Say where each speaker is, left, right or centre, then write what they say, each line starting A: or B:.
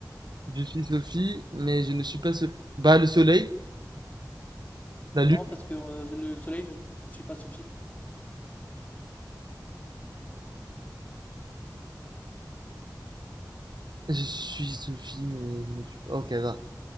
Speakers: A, on the right; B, on the left.
A: Je suis Sophie, mais je ne suis pas Sophie. Bah, le soleil, la
B: Non,
A: lune.
B: parce que euh, le soleil ne suit pas Sophie.
A: Je suis Sophie, mais je ne suis pas. Ok, va.